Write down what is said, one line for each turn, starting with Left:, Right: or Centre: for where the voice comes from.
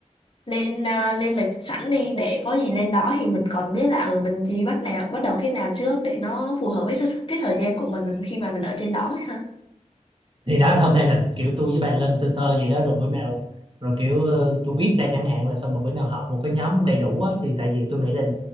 Left: lên à, lên lịch sẵn đi để có gì lên đó thì mình còn biết là ở ừ, mình chỉ bắt nào bắt đầu cái nào trước để nó phù hợp với cái cái thời gian của mình khi mà mình ở trên đó ấy ha
Right: thì đó hôm nay là kiểu tôi với bà lên sơ sơ gì đó rồi bữa nào rồi kiểu ờ, tôi viết ra chẳng hạn là xong một bữa nào họp một cái nhóm đầy đủ á, thì tại vì tôi nghĩ là